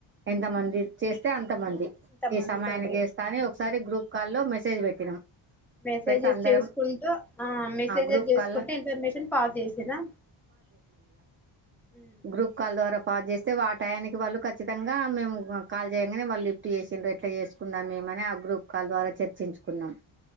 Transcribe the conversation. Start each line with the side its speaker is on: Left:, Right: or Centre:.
Right: ఎంతమంది చేస్తే అంతమంది
Centre: ఇంతమంది
Right: ఈ సమయానికి
Centre: తోటి
Right: చేస్తా అని ఒకసారి గ్రూప్ కాల్ లో మెసేజ్ పెట్టినాం
Centre: మెసేజెస్
Right: పెడితే అందరం
Centre: చేసుకు కుంటు ఆ మెసేజెస్
Right: గ్రూప్
Centre: చేసుకుంటే
Right: కాల్
Centre: ఇన్ఫర్మేషన్ పాస్ చేసిరా ఉమ్,
Right: గ్రుప్ కాల్ ద్వారా పాజ చేస్తే వా టాయానికి వాళ్ళు ఖచ్చితంగా మేము కాల్ చేయంగానే వాళ్ళు లిఫ్ట్ చేససిండ్రు ఎట్లా చేసుకుందాం మేము మని ఆ గ్రూప్ కాల్ ద్వారా చర్చించుకున్నాం